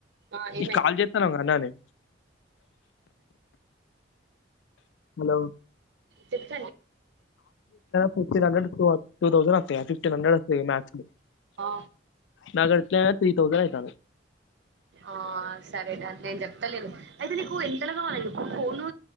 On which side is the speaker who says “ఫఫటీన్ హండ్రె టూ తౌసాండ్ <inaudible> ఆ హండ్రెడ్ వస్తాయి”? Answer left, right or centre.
Left